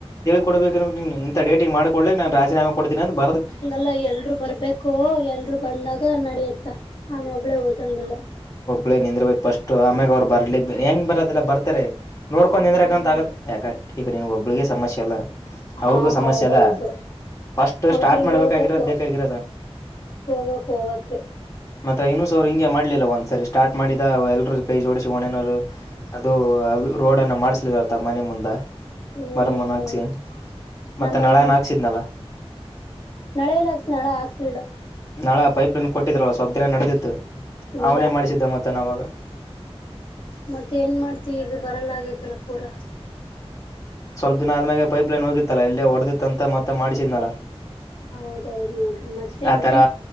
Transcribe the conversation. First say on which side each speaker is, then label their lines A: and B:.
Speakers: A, on the left (about 30°); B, on the left (about 55°).
A: ಕೊಡ್ಬೇಕ ನೀ ಇಂಥ ಡೇಟಿಗೆ ಮಾಡಕಡ್ಕ್ ನಾನ್ ರಾಜೀನಾಮ ಕೊಡ್ೀನಿ ಅಂತ ಬರದಕ್
B: ಲ್ಲ ಎಲ್ರುೂ ಬರ್ಬೇಕು ಎಲ್ರುೂ ಬಂದಾಗ ನಡಿಯತ್ತ ನಾನ ಒಬ್ಳೇ ಹೋದಂಗಲ್ಲ
A: ಳ ನಿಂದಿರ್ಬೇಕಕ್ ಫಸ್ಟ್ ಆಮ್ಯಾಗ ಅವ್ರು ಬರ್ಲಿ ಹೆಂಗ ಬರದಿಲ್ಲ ಬರ್ತಾರೆ ನೋಡ್ಕೊಂಡು
B: ಹ್ಮ್
A: ನಿಂದ್ರಕಂತ ಆಗಲ್ಲ ಯಾಕ ಈಗ ನಿನ್ ಒಬ್ಬಳಿಗೆ ಸಮಸ್ಯೆ ಇಲ್ಲ
B: ಹಾ
A: ಅವ್ರಗೂ ಸಮಸ್ಯೆ
B: ಹೌದೌದು
A: ಅದ ಫಸ್ಟ್
B: ಹೌದ್ರಿ
A: ಸ್ಟಾರ್ಟ್ ಮಾಡ್ಬೇಕ
B: ಹೋಗ್ಬೇಕು
A: ಬೇಕಾಗಿರದ
B: ಹೋಗ್ಬಕ್ ಹೋಗ್ಬಕ್ರಿ
A: ಮತ್ತ ಇನ್ನು ಸ ಅವರು ಹಿಂಗೆ ಮಾಡ್ಲಿಲ್ಲ ಒಂದ್ಸರಿ ಸ್ಟಾರ್ಟ್ ಮಾಡಿದ ಎಲ್ರುೂ ಕೈ ಜೋಡಿಸಿ ಒಣನವರು ಅದು ರೋಡ್ನ್ನ ಮಾಡ್ಸಲಿಲ್ಲಲ್ತ್ತ ಮನೆ ಮುಂದ
B: ಹ್ಮ್
A: ಮರಮ್ಮನ್ ಹಾಕ್ಸಿ
B: ನಮ್ಮ
A: ಮತ್ತೆ
B: ಮನೆ
A: ನಾಳೆನ್ ಹಾಕ್ಸಿದ್ನಲ್ಲ
B: ನಳೆಯಲ್ಲ ಆಕ್ಸ ನಳಾ ಆಗ್ಕ್ಲಿಲ್ಲ
A: ನಾಳಾ ಪೈಪ್ಲನ್ ಕೊಟ್ಟಿದ್ರಲ್ಲ ಸ್ವಬ್ನ ನಡೆದಿತ್ತು
B: ಇಲ್ಲ
A: ಅವನೇ ಮಾಡಿಸಿದ್ದ ಮನ್ವಾಗ
B: ಮತ್ತೆ ಏನ್ ಮಾಡ್ತಿ ಈಗ ಬರಲ್ಲ ಆಗೇತಲ್ಲ ಪೂರಾ
A: ಸ್ವಲ್ಪ ದಿನ ಆದ್ಮ್ಯಾಗೆ ಪೈಪ್ಲನ್ ಹೋಗಿತ್ತಲ್ಲಾ ಇಲ್ಲೇ ಹೊಡೆದತ್ತಂತ ಮತ್ತೆ ಮಾಡಿಸಿದ್ನಲ್ಲ
B: ಹೌದೌದ್ ನೋಡ್ರಿ ಮತ್ತೇನ್ರೀ
A: ಆತರ